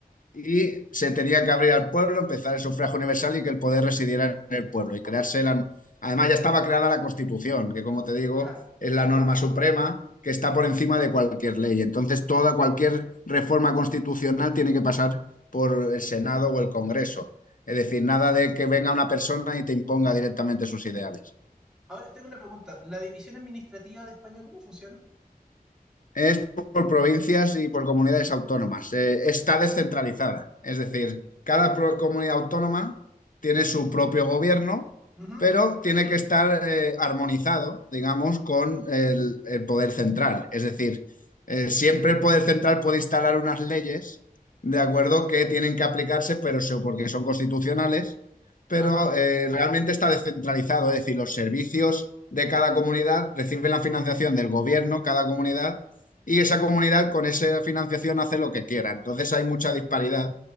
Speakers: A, on the left (about 60°); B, in the centre.
A: y se tenía que abrir al pueblo, empezar el sufragio universal y que el poder residiera en el pueblo y crearse la... Además ya estaba creada la Constitución, que como te digo,
B: Claro.
A: es la norma suprema que está por encima de cualquier ley. Entonces toda cualquier reforma constitucional tiene que pasar por el Senado o el Congreso. Es decir, nada de que venga una persona y te imponga directamente sus ideales.
B: Ahora tengo una pregunta. ¿La división administrativa de España cómo funciona?
A: Es por provincias y por comunidades autónomas. Eh, está descentralizada. Es decir, cada pro- comunidad autónoma tiene su propio gobierno,
B: Uh -huh.
A: pero tiene que estar eh, armonizado, digamos, con el, el poder central. Es decir, eh, siempre el poder central puede instalar unas leyes, de acuerdo, que tienen que aplicarse, pero so- porque son constitucionales, pero
B: Ajá.
A: eh, realmente está descentralizado. Es decir, los servicios de cada comunidad reciben la financiación del gobierno, cada comunidad y esa comunidad con esa financiación hace lo que quiera. Entonces hay mucha disparidad